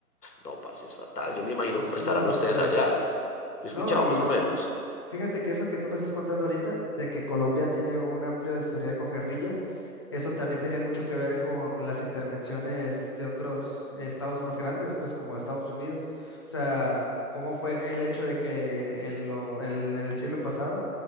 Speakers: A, on the left; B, on the left.
A: no, parce, es fatal. Yo me imagino
B: Es
A: cómo estarán
B: una basura.
A: ustedes allá. Yo
B: No,
A: he escuchado
B: y
A: más o menos.
B: fí- fíjate que eso que tú me estás contando ahorita, de que Colombia tiene un amplio historial con guerrillas, eso también tiene mucho que ver con las intervenciones de otros estados más grandes, pues como Estados Unidos. O sea, cómo fue el hecho de que en lo, en en el siglo pasado